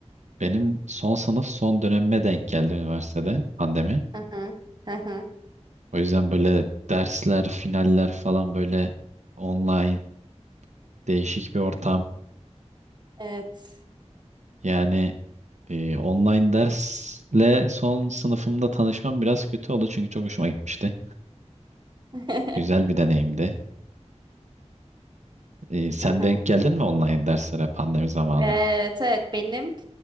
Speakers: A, on the right; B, on the right.
A: benim son sınıf son dönemime denk geldi üniversitede pandemi.
B: aha, Hı hı.
A: O yüzden böyle dersler, finaller falan böyle online değişik bir ortam.
B: Evet.
A: Yani e, online dersle son sınıfımda tanışmam biraz kötü oldu çünkü çok hoşuma gitmişti.
B: <laughs>
A: Güzel bir deneyimdi. E, sen
B: Aha,
A: denk geldin mi online derslere pandemi zamanı?
B: Evet evet benim